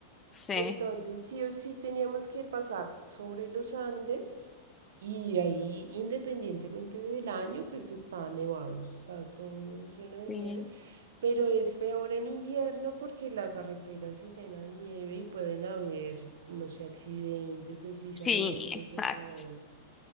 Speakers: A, on the left; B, on the right.
A: Sí,
B: Entonces, sí o sí teníamos que pasar sobre los Andes y ahí, independientemente del año, pues está nevado, está todo lleno
A: sí,
B: de nieve, pero es peor en invierno porque la carretera se llena de nieve y pueden haber, no sé, accidentes, deslizamientos,
A: sí, exacto.
B: de todo.